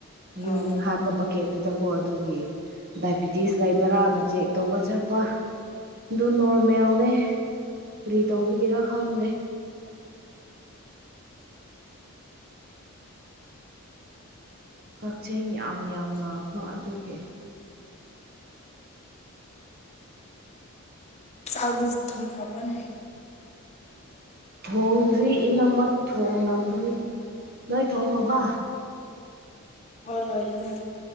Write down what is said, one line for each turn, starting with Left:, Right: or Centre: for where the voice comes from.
Right: ꯌ
Left: ꯑꯣ
Right: ꯍꯥꯝꯕ ꯀꯦ ꯑꯗꯨꯗ ꯀꯣ ꯑꯗꯨꯒꯤ ꯗꯥꯏꯕꯤꯇꯤꯁ ꯂꯩꯕ꯭ꯔꯥꯅ ꯆꯦꯛ ꯇꯧꯕ ꯆꯠꯄ ꯑꯗꯨ ꯅꯣꯔꯃꯦꯜꯅꯦ ꯀꯔꯤ ꯇꯧꯕꯒꯤꯦꯔ ꯈꯪꯗꯦ ꯀꯛꯆꯤꯡ ꯌꯥꯝ ꯌꯥꯝ ꯂꯥꯛꯕꯣ ꯑꯗꯨꯒꯤ
Left: ꯆꯥꯎꯗꯤꯁ ꯊꯝꯕ ꯅ
Right: ꯊꯣꯡꯗ꯭ꯔꯤ ꯏꯅꯝꯃꯠ ꯊꯣꯡꯉꯝꯒꯅꯤ ꯅꯣꯏ ꯊꯣꯡꯉꯕ
Left: ꯂꯣꯏꯗꯅ